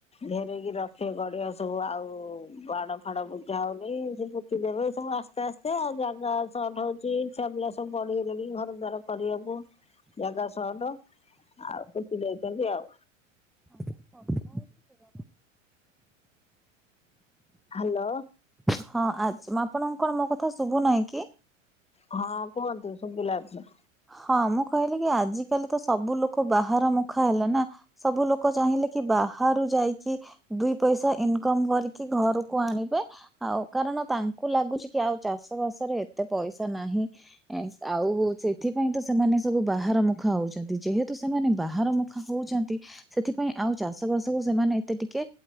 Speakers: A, on the left; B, in the centre.
A: ଘେରେଇକି ରଖେ ଗଡିଆ ସବୁ ଆଉ ବାଡ ଫାଡ ବୁଝା ହଉନି ସେ ପୁତି ଦେବେ ଏ ସବୁ ଆସ୍ତେ ଆସ୍ତେ ଆଉ ଜାଗା ସଟ ହଉଚି। ଚି ଛୁଆପିଲା ସବୁ ବଢିଗଲେଣି ଘର ଦ୍ୱାର କରିବାକୁ। ଜାଗା ସଅଟ ଆଉ ପୁତି ଦେଇଚନ୍ତି ଆଉ।
B: <unintelligible>
A: ହ୍ୟାଲୋ।
B: ହଁ ଆଜ୍ ମା ଆପଣଙ୍କୁ କଣ ମୋ କଥା ଶୁଭୁ ନାହିଁ କି?
A: ହଁ କୁହନ୍ତୁ ଶୁବିଲା ଏଥର।
B: ହଁ ମୁଁ କହିଲି କି ଆଜି କାଲି ତ ସବୁ ଲୋକ ବାହାର ମୁଖା ହେଲେ ନା। ସବୁ ଲୋକ ଚାହିଁଲେ କି ବାହାରୁ ଯାଇକି -- ଦୁଇ ପଇସା ଇନକମ କରିକି ଘରକୁ ଆଣିବେ। ଆଉ କାରଣ ତାଙ୍କୁ ଲାଗୁଛି କି ଆଉ ଚାଷ ବାସରେ ଏତେ ପଇସା ନାହିଁ? ଆଉ ହଉଛ ଏଥିପାଇଁ ତ ସେମାନେ ସବୁ ବାହାର ମୁଖା ହେଉଚନ୍ତି। ଯେହେତୁ ସେମାନେ ବାହାର ମୁଖା ହେଉଚନ୍ତି। ସେଥିପାଇଁ ଆଉ ଚାଷ ବାସ କୁ ସେମାନେ ଏତେ ଟିକେ